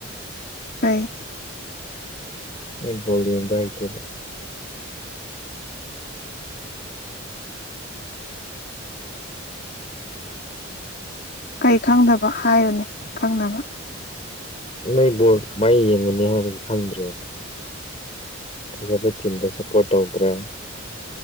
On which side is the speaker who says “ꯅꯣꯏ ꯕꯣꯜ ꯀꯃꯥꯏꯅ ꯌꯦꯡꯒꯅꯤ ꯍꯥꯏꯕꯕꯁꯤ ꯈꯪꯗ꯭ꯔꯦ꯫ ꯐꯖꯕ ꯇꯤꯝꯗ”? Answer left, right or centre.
Left